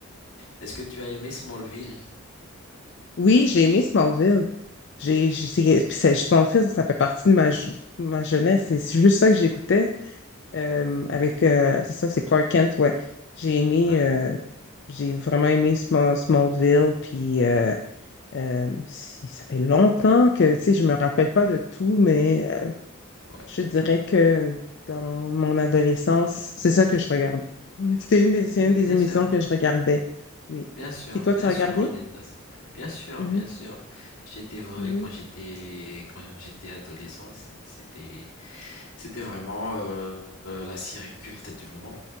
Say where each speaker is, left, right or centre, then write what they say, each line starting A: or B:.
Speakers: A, on the left; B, on the left.
A: Est-ce que tu as aimé Smallville?
B: Oui, j'ai aimé Smallville. J'ai, j'ai, c'est- puis c'est- Smallville, ça fait partie de ma, je- ma jeunesse. C'est c'est juste ça que j'écoutais euh,
A: Mhm.
B: avec, euh, c'est ça, c'est Clark Kent, ouais. J'ai aimé,
A: Ouais,
B: euh, j'ai vraiment aimé Small- Smallville, puis euh, euh, si- ça fait longtemps que, tu sais, je me rappelle pas de tout, mais euh,
A: ouais.
B: je dirais que dans mon adolescence, c'est ça que je regarde. <laughs> C'était une des, c'est
A: Oui,
B: une des
A: bien
B: émissions
A: sûr.
B: que je regardais, oui.
A: Bien sûr,
B: Puis toi,
A: bien
B: tu as regardé?
A: sûr, on est dans ça. Bien sûr,
B: Mhm.
A: bien sûr. J'ai dévoré
B: Oui.
A: quand j'étais quand j'étais adolescent aussi. C'était c'était vraiment euh, euh, la série culte du moment.